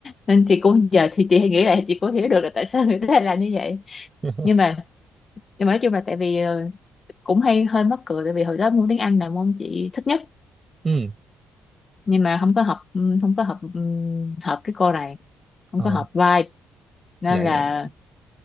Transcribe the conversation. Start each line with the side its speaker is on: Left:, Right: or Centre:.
Left: nên chị cũng giờ thì chị nghĩ lại chị cũng hiểu được là tại sao người ta lại làm như vậy
Right: <laughs>
Left: nhưng mà nhưng mà nói chung là tại vì ờ, cũng hay hơi mắc cười tại vì hồi đó môn tiếng Anh là môn chị thích nhất
Right: Ừ,
Left: nhưng mà không có hợp ừ, không có hợp ừ, hợp cái cô này không
Right: ờ.
Left: có hợp vibe nên
Right: Dạ, dạ.
Left: là
Right: dạ.